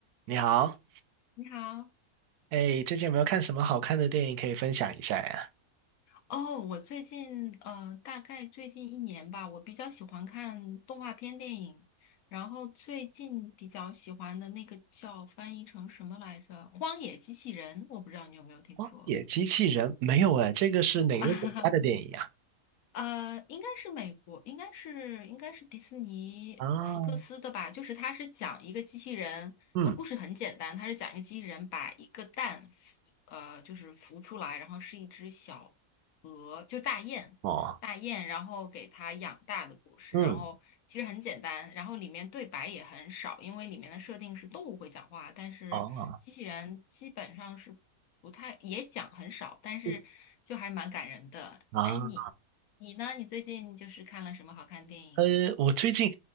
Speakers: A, on the right; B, on the left.
A: 你好，
B: 你好，
A: 哎，最近有没有看什么好看的电影可以分享一下呀？
B: 哦，我最近呃，大概最近一年吧，我比较喜欢看动画片电影，然后最近比较喜欢的那个叫翻译成什么来着，《荒野机器人》，我不知道你有没有听说。
A: 《荒野机器人》没有哎，这个是哪个国家的电影呀？
B: <laughs> 呃，应该是美国，应该是应该是迪士尼福克斯的吧？
A: 啊，
B: 就是它是讲一个机器人，
A: 嗯，
B: 呃，故事很简单，它是讲一个机器人把一个蛋孵，呃，就是孵出来，然后是一只小鹅，就大雁，
A: 哦，
B: 大雁，然后给它养大的故事。
A: 嗯，
B: 然后其实很简单，然后里面对白也很少，因为里面的设定是动物会讲话，但是机器人基本上是不太，
A: 哦，
B: 也讲很少，但是就还蛮感人的。
A: 嗯啊，
B: 哎，你。你呢？你最近就是看了什么好看的电影？
A: 呃，我最近